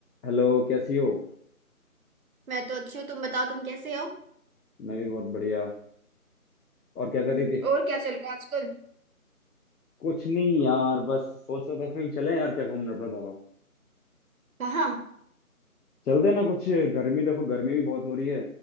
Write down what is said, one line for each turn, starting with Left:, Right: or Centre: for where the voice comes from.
Left: Hello कैसी हो
Right: मैं तो अच्छी हूँ तुम बताओ तुम कैसे हो
Left: मैं भी बहुत बढ़िया और क्या कर रही थी
Right: और क्या चल रहा है आजकल
Left: कुछ नहीं यार बस सोच रहा था कहीं चले यार क्या घूमने अपने दोनों
Right: कहाँ
Left: चलते हैं ना कुछ गर्मी देखो गर्मी भी बहुत हो रही है